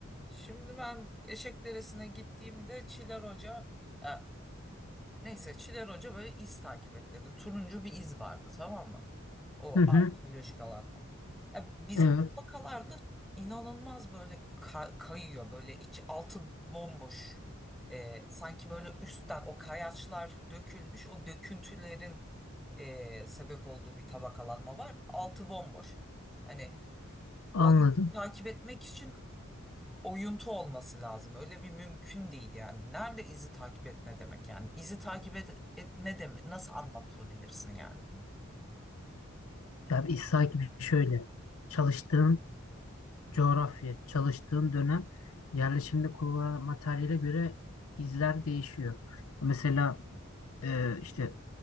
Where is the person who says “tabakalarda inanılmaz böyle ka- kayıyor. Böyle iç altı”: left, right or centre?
Centre